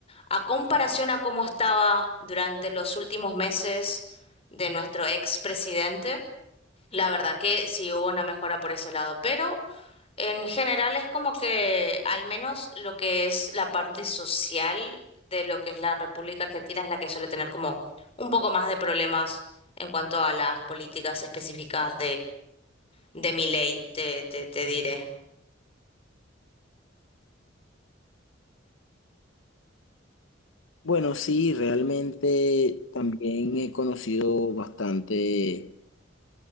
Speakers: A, on the left (about 30°); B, on the left (about 85°).
A: a comparación a cómo estaba durante los últimos meses de nuestro expresidente, la verdad que sí hubo una mejora por ese lado, pero en general es como que al menos lo que es la parte social de lo que es la República Argentina es la que suele tener como un poco más de problemas en cuanto a las políticas específicas de mi ley, te, te, te diré.
B: Bueno, sí, realmente también he conocido bastante.